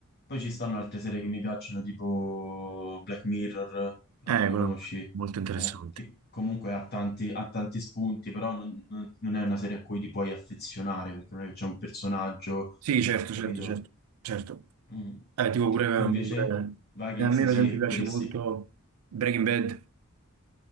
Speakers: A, on the left (about 45°); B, on the right (about 80°).
A: Poi ci stanno altre serie che mi piacciono, tipo Black Mirror, la,
B: Eh,
A: la
B: quello
A: conosci?
B: è molto interessante.
A: Eh, che comunque ha tanti, ha tanti spunti, però non, non- non è una serie a cui ti puoi affezionare, perché non è che c'è un personaggio,
B: Sì, certo,
A: capito?
B: certo, certo, certo.
A: Mm.
B: Eh, tipo pure,
A: Tu invece,
B: eh, pure-
A: Vikings,
B: eh, a me per
A: sì,
B: esempio piace
A: diresti,
B: molto Breaking Bad.